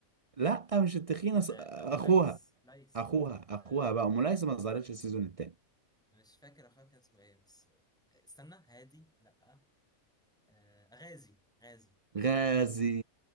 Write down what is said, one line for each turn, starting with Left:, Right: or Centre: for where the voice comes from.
Right: لا مش التخينة ص-
Centre: آه
Right: أخوها
Centre: ام ليس ليس
Right: أخوها أخوها
Centre: آه
Right: بقى ملايسة ما ظهرتش السيزون التاني
Centre: مش فاكر اخويا كان اسمه ايه بس آه، استنى هادي لا آه غازي غازي
Right: غازي